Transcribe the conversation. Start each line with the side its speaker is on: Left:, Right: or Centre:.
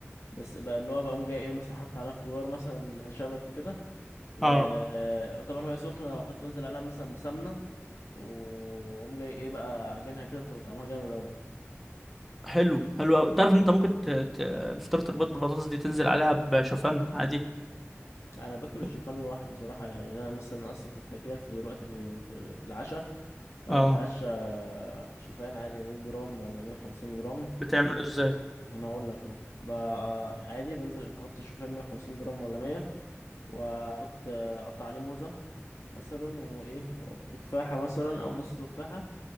Left: بس بقى اللي هو بقوم جاي إيه مثلا حاطط عليها خضار مثلا شبت وكده و-
Centre: اه
Left: وطبعا وهي سخنة وأحط أنزل عليها مثلا بسمنة وأقوم جاي إيه بقى عجنها كده بتبقى طعمها جامد أوي
Centre: حلو حلو أوي. تعرف ان انت ممكن ت... ت... فطيرة البيض بالبطاطس دي تنزل عليها بشوفان عادي
Left: أنا باكل الشوفان
Centre: طب-
Left: لوحده صراحة يعني أنا مثلا أصلا كنت أجيلك في دلوقتي في في, في العشاء فأنا
Centre: اه
Left: بتعشى شوفان عادي 100 جرام ولا 150 جرام
Centre: بتعمله ازاي
Left: ما انا اقول لك اهو بقى عادي بنزل بحط الشوفان 150 جرام ولا 100 واحط اقطع عليه موزه مثلا وايه او تفاحه مثلا او نص تفاحه